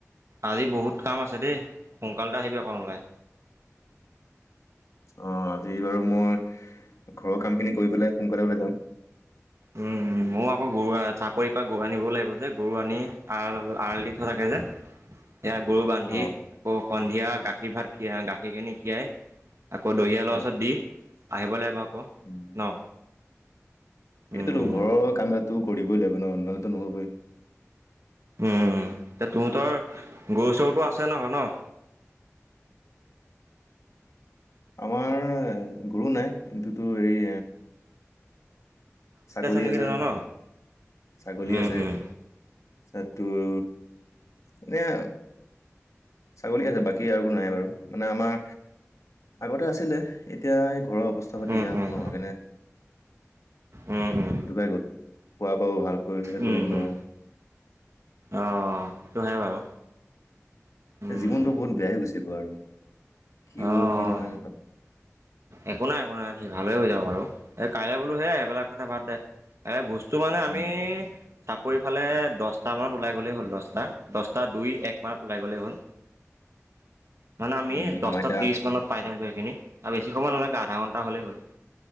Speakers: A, on the right; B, on the left.
A: আজি বহুত কাম আছে দেই সোনকালতে আহিবি অকমান উলাই।
B: অ আজি বাৰু মই ঘৰৰ কামখিনি কৰি পেলাই সোনকালে ওলাই যাম।
A: উম মইও আকৌ গৰু চাকৰিৰ পৰা গৰু আনিবও লাগিব যে গৰু আনি আ আল দি থোৱা থাকে যে। সেইয়া গৰু বান্ধি
B: অ
A: আকৌ সন্ধিয়া গাখীৰ ভাত গাখীৰ খিনি খীয়াই। আকৌ দহিয়ালৰ
B: অ
A: ওচৰত দি আহিব লাগিব আকৌ
B: উম
A: ন।
B: সেইটোতো
A: উম,
B: ঘৰৰ কাম এটো কৰিবই লাগিব ন নহলেটো নহবই।
A: উম এ তহঁতৰ গৰু চৰুটো আছে নহয় ন? <inaudible>
B: আমাৰ গৰু নাই কিন্তুটোৰ হেৰি। ছাগলী
A: নেকি
B: আছে
A: তহঁতৰ ন?
B: ছাগলী
A: উম,
B: আছে?
A: উম,
B: তাত তোৰ এনেই ছাগলী আছে বাকী আৰু নাই বাৰু মানে আমাৰ আগতে আছিলে এতিয়া ঘৰৰ অৱস্থা পাতি
A: উম,
B: বেয়া হ'ল
A: উম,
B: ন সেইকাৰণে
A: উম, উম,
B: ডুকাই গল খোৱা বোৱাবোৰ ভালকৈ
A: উম,
B: কৰিব নোৱাৰোঁ।
A: উম, অ সেইটো হয় বাৰু। উম।
B: জীৱনতটো বহুত বেয়া হৈ গৈছে গৈ আৰু কি
A: অ',
B: হ'ব কি নহয়।
A: একো নাই একো নাই ভালে হৈ যাব বাৰু এই কাইলে বোলো হে এইবিলাক কথা বাদ দে এ বুজ তোমানে আমি।
B: উম,
A: চাকৰি ফালে দহটা মানত ওলাই গ'লেই হ'ল দহটা দহটা দুই এক মানত ওলাই গ'লেই হ'ল। মানে আমি
B: উম,
A: দশটা
B: আমাৰ এতিয়া
A: ত্ৰিশ মানত পাই যামগৈ সেইখিনি তাপিছত। নালাগা আধা ঘণ্টা হ'লেই হ'ল।